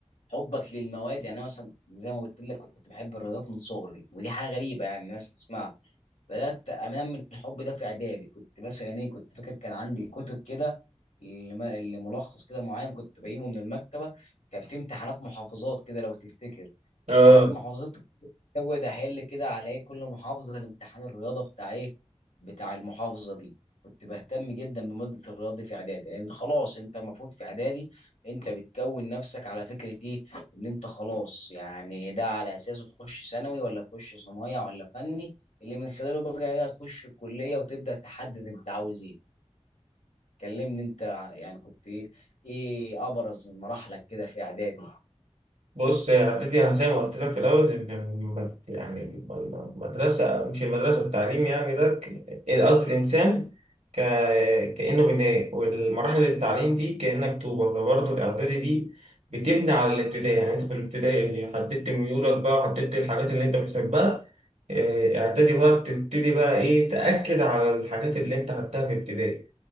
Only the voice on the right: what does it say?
اه
بص يا عدتي انا زي ما قلت لك في الاول إن الم- يعني المدرسه مش المدرسه التعليم يعني ده ك- إيه، قصدي الانسان ك... كانه بناء والمراحل التعليم دي كانك طوبه فبرضه الاعدادي دي بتبني على الابتدائي يعني انت في الابتدائي حددت ميولك بقى وحددت الحاجات اللي انت بتحبها آه، اعدادي بقى بتبتدي بقى ايه تاكد على الحاجات اللي انت خدتها في ابتدائي